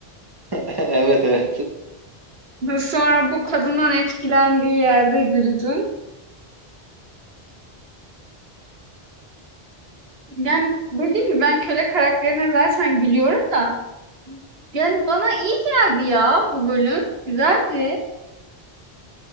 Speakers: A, on the right; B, on the right.
A: <laughs> Evet evet.
B: Sonra bu kadından etkilendiği yerde güldüm. Yani dediğim gibi ben köle karakterine zaten gülüyorum da. Yani bana iyi geldi ya bu bölüm. Güzeldi.